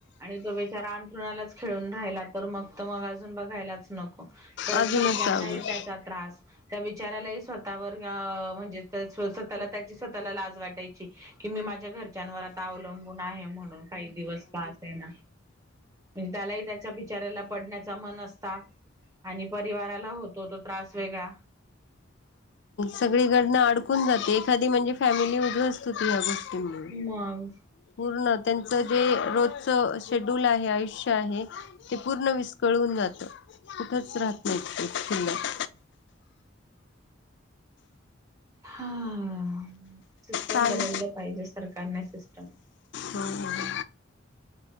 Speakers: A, on the right; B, on the left.
A: आणि तो बेचारा अंथरुणाच खेळून राहिला तर मग तर मग अजून बघायलाच नको परत
B: अजूनच
A: घरच्यांनाही
B: अवघड
A: त्रास त्या बिचार्‍यालाही स्वतःला त्रास.. वर गाव म्हणजे त स्वतःला त्याची स्वतःला लाज वाटायची की माझ्या घर घरच्यांवर आता अवलंबून आहे म्हणून काही दिवस का स त्याना त्यालाही त्याच्या बिचारऱ्याला पडण्याचा मन असता आणि परिवाराला होत तो तो त्रास वेगळा
B: सगळीकडंन अडकून जाते एखादी म्हणजे फॅमिली मधून
A: मग
B: पूर्ण त्यांचं जे रोजचं शेड्यूल आहे आयुष्य आहे ते पूर्ण विस्कळून जातं. कुठच राहत नाहीत ते शिल्लक..
A: हां.... सिस्टम
B: चालेल
A: बदललं पाहिजे सरकारने सिस्टम...
B: हम्म